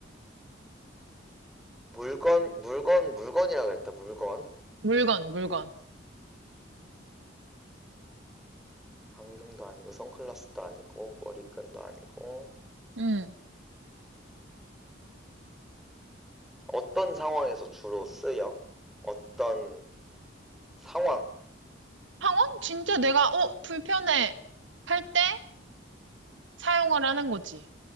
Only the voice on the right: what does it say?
물건, 물건.
음.
항원? 진짜 내가, 어, 불편해. 할 때 사용을 하는 거지.